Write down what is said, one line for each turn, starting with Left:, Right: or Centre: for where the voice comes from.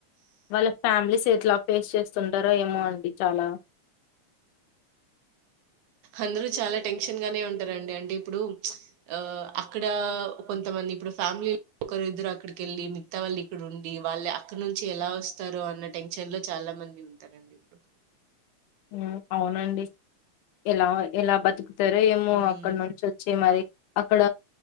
Left: వాళ్ళ ఫ్యామిలీస్ ఎట్లా ఫేస్ చేస్తుంటారో ఏమో అండి చాలా
Right: అందరూ చాలా టెన్షన్ గానే ఉంటారండి అంటే ఇప్పుడు ఆ అక్కడ కొంతమంది ఇప్పుడు ఫ్యామిలీ ఒకరు ఇద్దరు అక్కడికెళ్ళి మిగతా వాళ్ళు ఇక్కడ ఉండి వాళ్ళు అక్కడ నుంచి ఎలా వస్తారు అన్న టెన్షన్ లో చాలా మంది ఉంటారండి ఇప్పుడు
Left: ఆ అవునండి ఎలా ఎలా బతుకు తారో ఏమో
Right: హ్మ్.
Left: అక్కడ నుంచి వచ్చి మరి అక్కడ